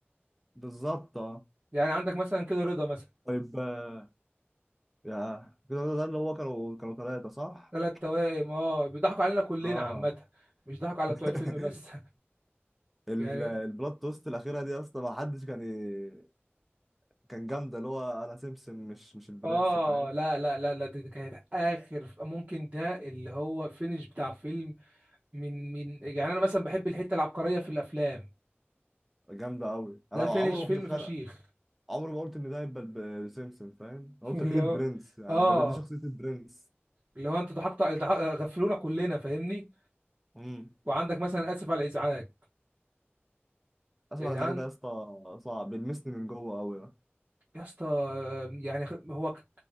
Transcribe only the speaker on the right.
يعني عندك مثلا كده رضا مثلا
ثلاث توائم اه بيضحكوا علينا كلنا
عامة مش ضحكوا على
بتوع الفيلم بس
<laughs> يعني
اه
لا لا لا لا دي كانت اخر ممكن ده اللي هو فينش بتاع فيلم من من يعني انا مثلا بحب الحته العبقريه في الافلام
ده فينش
فيلم
فشيخ
<laughs>
اللي
هو
اه
اللي هو انتوا ضحكتوا ضحك- غفلونا كلنا فاهمني
وعندك مثلا اسف على الازعاج
يا
جدعان
يا اسطى يعني خ- هو ك-